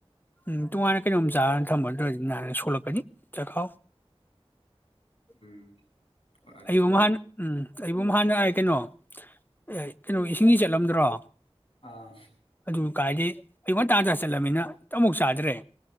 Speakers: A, on the left; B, on the left.
A: ꯎꯝ ꯇꯣꯉꯥꯟꯅ ꯀꯩꯅꯣꯝ ꯆꯥꯔꯅ ꯊꯝꯃꯨ <unintelligible> <unintelligible> ꯁꯣꯛꯂꯛꯀꯅꯤ ꯆꯈꯥꯎ <unintelligible>
B: ꯎꯝ ꯍꯣꯏ ꯑꯗꯨꯕꯨꯗꯤ
A: <unintelligible> ꯑꯩꯕꯨ ꯍꯥꯟꯅ ꯀꯩꯅꯣ ꯑꯦ ꯀꯩꯅꯣ ꯏꯁꯤꯡꯗꯤ ꯆꯠꯂꯝꯗ꯭ꯔꯣ
B: ꯑꯥ
A: ꯑꯗꯨ ꯀꯥꯏꯗꯩꯩ <unintelligible> <unintelligible> ꯆꯠꯂꯃꯤꯅ ꯑꯃꯨꯛ ꯆꯥꯗ꯭ꯔꯦ